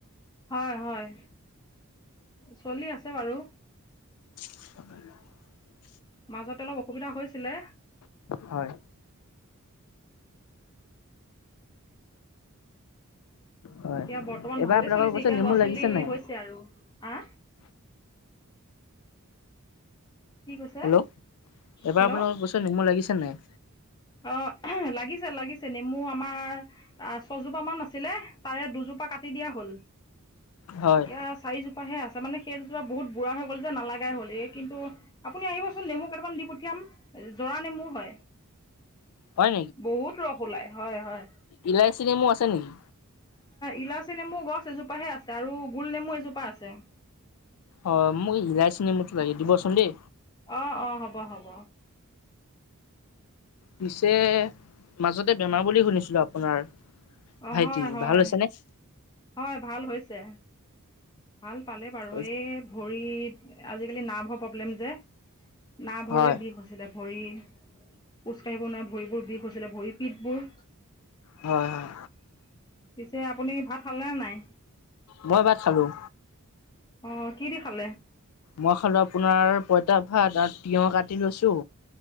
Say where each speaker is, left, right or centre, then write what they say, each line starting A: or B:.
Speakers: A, on the left (about 20°); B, on the left (about 85°).
A: হয়, হয়। চলি আছে বাৰু।
B: <unintelligible>
A: মাাজতে অলপ অসুবিধা হৈছিলে।
B: হয়। হয়,
A: এতিয়া বৰ্তমান
B: এইবাৰ
A: ভালে
B: আপোনালোকৰ
A: চলিছে।
B: গছত
A: এতিয়া
B: নেমু
A: ল'ৰা ছোৱালী
B: লাগিছে নাই?
A: হৈছে আৰু। আ কি কৈছে
B: হেল্ল', এইবাৰ
A: হেল্ল'
B: আপোনালোকৰ গছত নেমু লাগিছে নাই?
A: অ', লাগিছে, লাগিছে। নেমু আমাৰ আহ, ছজোপামান আছিলে, তাৰে দুজোপা কাটি দিয়া হ'ল।
B: হয়,
A: এতিয়া চাৰিজোপাহে আছে, মানে সেইজোপা বহুত বুঢ়া হৈ গ'ল যে। নালাগাই হ'ল কিন্তু আপুনি আহিবচোন, নেমু কেইটামান দি পঠিয়াম। জৰা নেমু হয়।
B: হয়
A: বহুত ৰস ওলাই। হয়, হয়।
B: ইলাইচি নেমু আছে নেকি?
A: ইলাচী নেমু গছ এজোপাহে আছে আৰু গোল নেমু এজোপা আছে।
B: অ', মোক ইলাচী নেমুটো লাগে, দিবচোন দেই।
A: অ', অ'। হ'ব, হ'ব।
B: পিছে মাজতে বেমাৰ বুলি শুনিছিলো, আপোনাৰ
A: অঁ
B: ভাইটিৰ।
A: হয় হয়
B: ভাল হৈছে নে?
A: হয়, ভাল হৈছে। ভাল পালে বাৰু,
B: হয়,
A: এই ভৰিত আজিকালি নাৰ্ভৰ প্ৰব্লেম যে, নাৰ্ভৰে
B: হয়,
A: বিষ হৈছিলে। ভৰি। খোজ কঢ়িব নোৱাৰে, ভৰিবোৰ বিষ হৈছিলে। ভৰি পীঠবোৰ
B: হয়, হয়।
A: পিছে আপুনি ভাত খালে নে নাই?
B: মই ভাত খালোঁ।
A: অ' কি দি খালে?
B: মই খালোঁ আপোনাৰ পঁইতা ভাত আৰু তিঁয়হ কাটি লৈছোঁ।